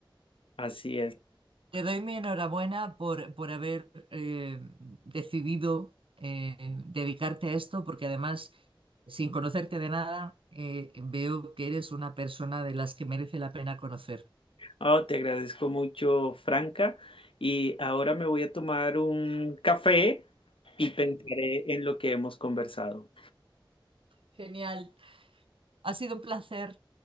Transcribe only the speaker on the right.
Te doy mi enhorabuena por, por haber eh, decidido eh, dedicarte a esto, porque además, sin conocerte de nada, eh, veo que eres una persona de las que merece la pena conocer.
Genial. Ha sido un placer.